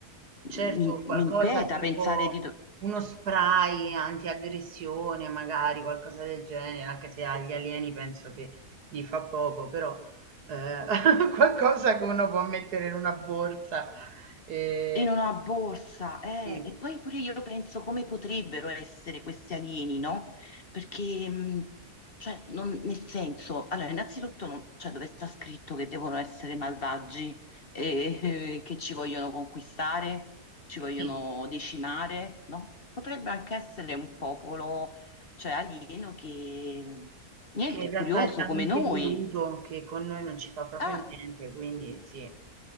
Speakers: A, on the left; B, on the right.
A: mi,
B: Certo, qualcosa
A: mi inquieta
B: tipo
A: pensare di... do-
B: uno spray antiaggressione, magari qualcosa del genere, anche se agli alieni penso che gli fa poco, però eh, <laughs> qualcosa che uno può mettere in una borsa. eh,
A: in una borsa, eh.
B: sì,
A: E poi pure io penso come potrebbero essere questi alieni, no? Perché, mh, cioè, non- nel senso, allora, innanzitutto, non- cioè, dove sta scritto che devono essere malvagi e eh, che ci vogliono conquistare, ci vogliono
B: sì,
A: decimare, no? Potrebbe anche essere un popolo, cioè, alieno che, niente,
B: che in
A: è
B: realtà
A: curioso
B: è talmente
A: come noi.
B: evoluto che con noi non ci fa proprio
A: Ah!
B: niente, quindi sì,